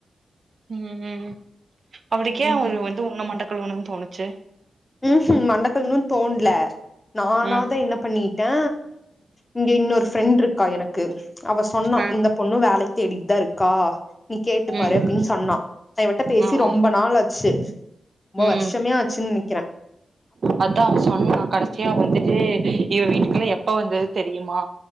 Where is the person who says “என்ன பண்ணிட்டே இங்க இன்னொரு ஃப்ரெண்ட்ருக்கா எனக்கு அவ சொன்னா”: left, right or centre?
Left